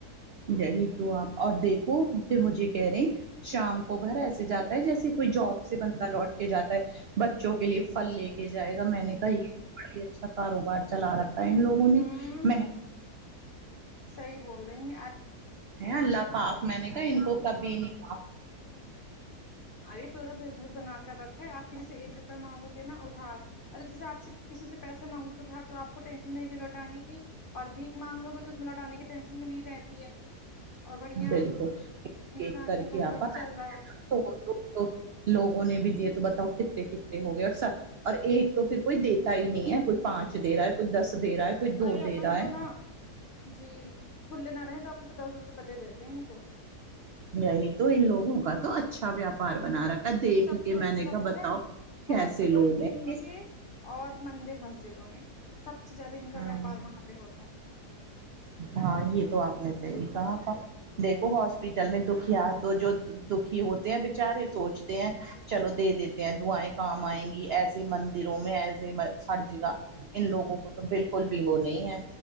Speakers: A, on the right (about 80°); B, on the left (about 80°).
A: یہی تو آپ اور دیکھو پھر مجھے کہہ رہے شام کو گھر ایسے جاتا ہے جیسے کوئی جاب سے بندہ لوٹ کے جاتا ہے بچوں کے لیے پھل لے کے جائے گا میں نے کہا یہ بڑا ہی اچھا کاروبار چلا رکھا ہے ان لوگوں
B: ہوں
A: نے میں
B: صحیح بول رہی ہیں آ
A: ہیں اللہ پاک میں نے کہا ان کو کبھی نہیں پاپ
B: ارے پورا بزنس بنا کر رکھے آپ کسی سے ایک روپے مانگو گے نا ادھار ارے جسے آپ سے کسی سے پیسے مانگو گے ادھار تو آپ کو ٹینشن نہیں کہ لوٹانے کی اور بھیک مانگ لو گے تو اس میں لوٹانے کی ٹینشن بھی نہیں رہتی ہے اور بڑھیا
A: بالکل
B: انسان
A: ایک کر
B: کا دھندا
A: کے آپا
B: بھی
A: نا
B: چل رہا ہے
A: تو ہم لوگ تو لوگوں نے بھی دیے تو بتاؤ کتتے کتتے ہو گئے اور سر اور ایک تو پھر کوئی دیتا ہی نہیں ہے کوئی پانچ دے رہا ہے کوئی دس دے رہا ہے کوئی دو
B: ارے اپن
A: دے رہا
B: تو
A: ہے
B: نا جی کھلے نہ رہے تو آپ تو دس دس روپئے دے دیتے ہیں ان کو
A: یہی تو ان لوگوں کا تو اچھا ویاپار بنا رکھ دیکھ
B: سب
A: کے
B: سے
A: میں
B: اچھا
A: نے کہا
B: پتہ
A: بتاؤ
B: ہے
A: کیسے
B: ہاسپٹل
A: لوگ
B: کے
A: ہیں
B: نیچے
A: یہ
B: اور مندر مسجدوں میں سب سے زیادہ ان کا
A: ہاں
B: ویاپار وہاں پہ ہوتا ہے
A: ہاں یہ تو آپ نے صحیح کہا تھا دیکھو ہاسپٹل میں دکھیا دو جو دکھی ہوتے ہیں بیچارے سوچتے ہیں چلو دے دیتے ہیں دعایں کام آئیں گی ایسے من دوں میں ایسے سر جگا ان لوگوں کو تو بالکل بھی وہ نہیں ہے